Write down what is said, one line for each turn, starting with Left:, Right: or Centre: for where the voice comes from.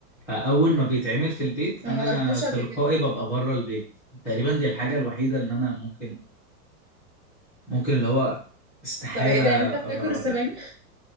Centre: فأول ما بيتعمل في البيت
Right: انا
Centre: أنا
Right: ما جربتوش قبل
Centre: تلقائي
Right: كده بصراحه
Centre: ببقى بره البيت تقريبا دي الحاجة الوحيدة اللي أنا ممكن ممكن اللي هو استحالة
Right: طب ايه ده يعني انت بتاكل
Centre: أجربها
Right: السبانخ
Centre: تاني